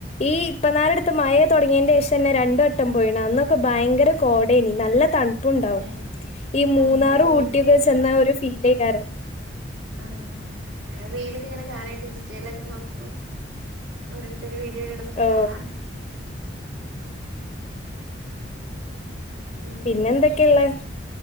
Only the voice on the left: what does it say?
ഈ ഇപ്പ നാല് ട് ത്ത് മഴ തുടങ്ങിയന്റെ ശേഷം ന്നെ രണ്ട് വട്ടം പോയിണ് അന്നൊക്കെ ഭയങ്കര കോടേനി നല്ല ത പു ണ്ടാവും
ഈ മൂന്നാറ്
ഊട്ടിയക്കെ ചെന്ന ഒരു ഫീ <unintelligible>
ഓ
പിന്നെ എന്തൊക്കെയള്ളേ